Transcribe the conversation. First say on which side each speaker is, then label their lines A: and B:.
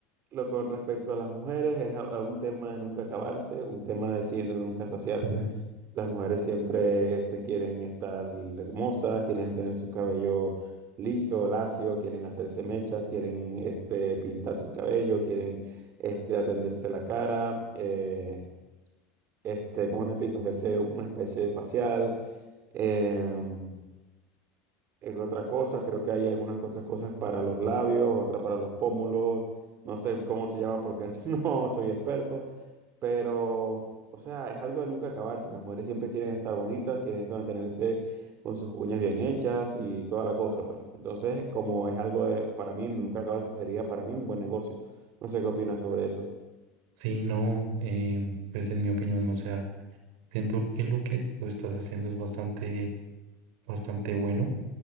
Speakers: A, on the right; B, on the right.
A: lo con respecto a las mujeres es a, a un tema de nunca acabarse, un tema de siendo nunca saciarse.
B: Ujú.
A: Las mujeres siempre este, quieren estar hermosas, quieren tener su cabello liso, lacio, quieren hacerse mechas, quieren este, pintarse el cabello, quieren este, atenderse la cara, eh, este, ¿cómo te explico? Hacerse una especie de facial. em, es otra cosa, creo que hay algunas que otras cosas para los labios, otras para los pómulos, no sé cómo se llaman porque <laughs> no soy experto, pero, o sea, es algo de nunca acabarse, las mujeres siempre quieren estar bonitas, quieren estar- mantenerse con sus uñas bien hechas y toda la cosa, pues. Entonces, como es algo de- para mí, nunca acabarse, pues, sería para mí un buen negocio. No sé qué opinas sobre eso.
B: Sí, no, eh, pues en mi opinión, o sea, siento que lo que tú estás haciendo es bastante, bastante bueno.